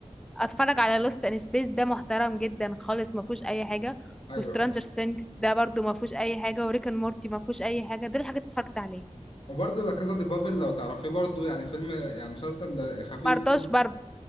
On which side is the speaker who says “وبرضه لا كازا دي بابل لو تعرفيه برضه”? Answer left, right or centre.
Left